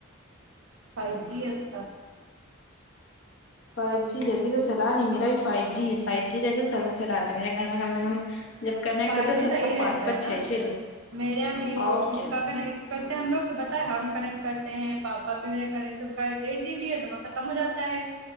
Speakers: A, on the right (about 75°); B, on the left (about 65°).
A: فائیو جی آتا <unintelligible>
B: فائیو جی جبھی تو چلا نہیں میرا بھی فائیو جی ہے فائیو جی رہتا <unintelligible> چلاتے میرے گھر میں کم سے کم جب <unintelligible>
A: فائیو
B: ہے
A: جی
B: سب
A: صحیح
B: سب پانچ
A: رہتا
B: پانچ
A: ہے نا
B: چھ چھ لوگ
A: میرے یہاں بھی
B: اور کیا
A: اس کا کنیکٹ کرتے ہیں ہم لوگ تو بت ہم <unintelligible> کنٹ کرتے ہیں پاپا بھی ڈیھ جی بھی ہے لوگ کا ختم ہو جاتا ہے